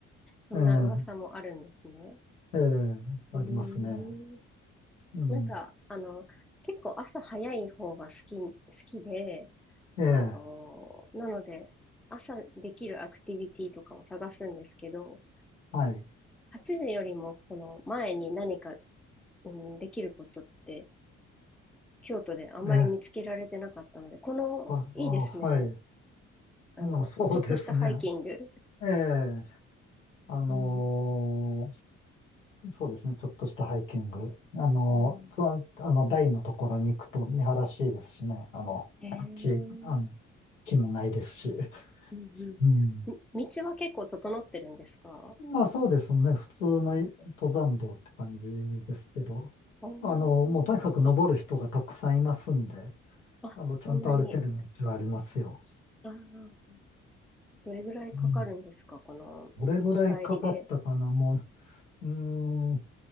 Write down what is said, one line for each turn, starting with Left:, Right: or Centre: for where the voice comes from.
Centre: そんな噂もあるんですね。
Left: えー、ええ
Centre: うーん。
Left: ありますね。うん、
Centre: なんか、あの、結構朝早い方が好き、好きで、
Left: ええ
Centre: あの、なので、朝できるアクティビティとかを探すんですけど、
Left: はい。
Centre: 8時よりもその前に何か、うん、できることって京都であんまり見つけられてなかったので、
Left: ええ
Centre: この、
Left: あ、
Centre: いいですね。
Left: あ、はい。
Centre: あの、
Left: まあ、そうですね。
Centre: ちょっとしたハイキング。
Left: ええ、あのー
Centre: うん、
Left: そうですね、ちょっとしたハイキング。あのーその、
Centre: うん
Left: あの、台のところに行くと見晴らしいですしね、あの、
Centre: へえ、う
Left: 木、あの、
Centre: ん
Left: 木もないですし。
Centre: うん。
Left: うん。
Centre: み道は結構整ってるんですか
Left: まあそうですね、普通のい登山道って感じですけど、
Centre: お
Left: あの、もうとにかく登る人がたくさんいますんで、
Centre: ーあ、
Left: あの、
Centre: そんなに。
Left: ちゃんと歩ける道はありますよ。
Centre: ああ、どれぐらいかかるんですかこの、
Left: うん。どれぐらいかかったかな、
Centre: 行き帰りで。
Left: もう、うーん